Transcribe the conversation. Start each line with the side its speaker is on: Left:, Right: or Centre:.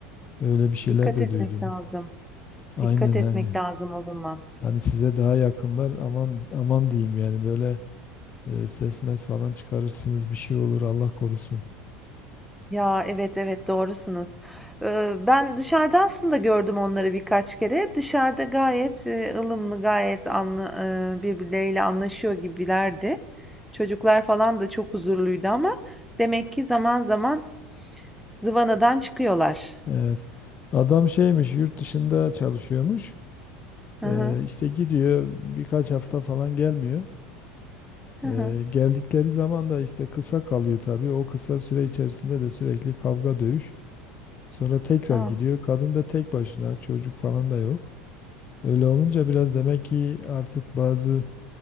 Left: öyle bir şeyler
Centre: Dikkat
Left: de
Centre: etmek
Left: duydum.
Centre: lazım.
Left: Aynen
Centre: Dikkat
Left: hani
Centre: etmek lazım o zaman.
Left: hani size daha yakınlar aman aman diyeyim yani böyle e, ses mes falan çıkarırsınız bir şey olur Allah korusun.
Centre: Ya evet evet doğrusunuz. Ee, ben dışarıda aslında gördüm onları birkaç kere. Dışarıda gayet e, ılımlı, gayet anla, e, birbirleriyle anlaşıyor gibilerdi. Çocuklar falan da çok huzurluydu ama demek ki zaman zaman zıvanadan çıkıyorlar.
Left: Evet. Adam şeymiş yurt dışında çalışıyormuş.
Centre: Hı
Left: Ee,
Centre: hı,
Left: işte gidiyor birkaç hafta falan gelmiyor.
Centre: hı
Left: Ee,
Centre: hı.
Left: geldikleri zaman da işte kısa kalıyor tabii. O kısa süre içerisinde de sürekli kavga dövüş. Sonra tekrar
Centre: Ah,
Left: gidiyor. Kadın da tek başına, çocuk falan da yok. Öyle olunca biraz demek ki artık bazı